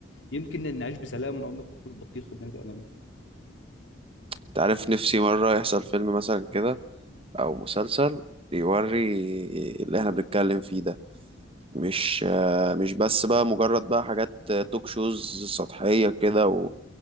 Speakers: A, on the left; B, on the right.
A: يمكن نعيش بسلام ونقعد ناكل بطيخ والدنيا تبقى جميله
B: انت عارف نفسي مرة يحصل فيلم مثلا كده او مسلسل يوري اللي احنا بنتكلم فيه ده مش آه، مش بس بقى مجرد بقى حاجات توك شوز سطحية كده